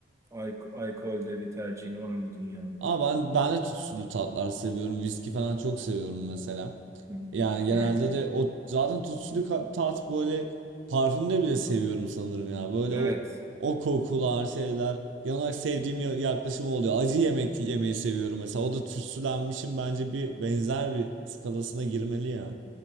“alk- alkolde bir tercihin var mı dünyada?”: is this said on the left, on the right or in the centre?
Right